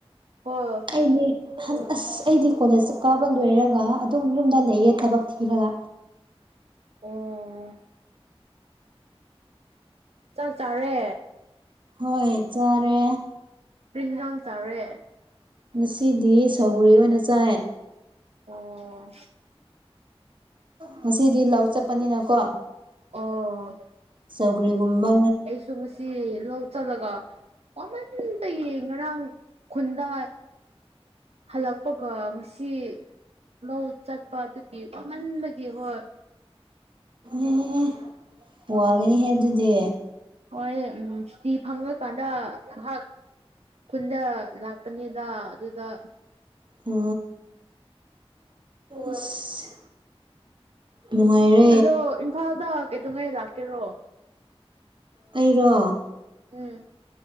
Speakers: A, on the right (about 80°); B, on the right (about 50°).
A: ꯍꯣꯏ
B: ꯑꯩꯗꯤ ꯑꯍꯝ ꯑꯁ ꯑꯩꯗꯤ ꯀꯣꯂꯦꯖ ꯀꯥꯕ ꯂꯣꯏꯔꯒ ꯑꯗꯨꯝ ꯌꯨꯝꯗ ꯂꯩꯌꯦ ꯊꯕꯛ ꯊꯤꯔꯒ
A: ꯑꯣ ꯆꯥꯛ ꯆꯥꯔꯦ
B: ꯍꯣꯏ ꯆꯔꯦ
A: ꯀꯔꯤ ꯍꯤꯟꯖꯥꯡ ꯆꯥꯔꯦ
B: ꯉꯁꯤꯗꯤ ꯁꯧꯒ꯭ꯔꯤ ꯑꯣꯏꯅ ꯆꯥꯏ
A: ꯑꯣ
B: ꯉꯁꯤꯗꯤ ꯂꯧ ꯆꯠꯄꯅꯤꯅꯀꯣ
A: ꯑꯣ
B: ꯆꯧꯒ꯭ꯔꯤꯒꯨꯝꯕ
A: ꯁꯨꯝꯃꯁꯤ ꯂꯧ ꯆꯠꯂꯒ ꯋꯃꯟꯕꯒꯤ ꯉꯔꯥꯡ ꯈꯨꯟꯗ ꯍꯜꯂꯛꯄꯒ ꯉꯁꯤ ꯅꯧ ꯆꯠꯄ ꯑꯗꯨꯒꯤ ꯋꯥꯃꯟꯕꯒꯤ ꯍꯣꯏ
B: ꯑꯦ ꯋꯥꯒꯅꯤꯍꯦ ꯑꯗꯨꯗꯤ
A: ꯍꯣꯏꯌꯦ ꯎꯝ ꯁꯨꯇꯤ ꯐꯪꯉꯀꯥꯟꯗ ꯉꯥꯏꯍꯥꯛ ꯈꯨꯟꯗ ꯂꯥꯛꯀꯥꯅꯤꯗ ꯑꯗꯨꯗ
B: ꯑꯣ ꯑꯁ ꯅꯨꯡꯉꯥꯏꯔꯦ
A: ꯑꯗꯣ ꯏꯝꯐꯥꯜꯗ ꯀꯩꯗꯧꯉꯩ ꯂꯥꯛꯀꯦꯔꯣ
B: ꯑꯩꯔꯣ
A: ꯎꯝ